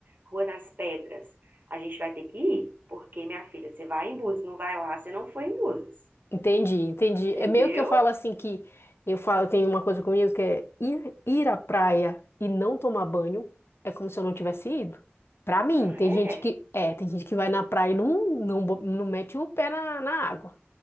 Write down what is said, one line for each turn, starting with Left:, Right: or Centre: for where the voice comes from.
Right: Rua das Pedras. A gente vai ter que ir, porque, minha filha, você vai em Búzios, não vai lá, você não foi em Búzios.
Left: Entendi, entendi.
Right: Entendeu?
Left: É meio que eu falo assim que eu falo, tem uma coisa comigo que é ir, ir à praia e não tomar banho é como se eu não tivesse ido. Pra mim,
Right: Ah,
Left: tem
Right: é?
Left: gente que é, tem gente que vai na praia e não, não, bo- não mete o pé na, na água.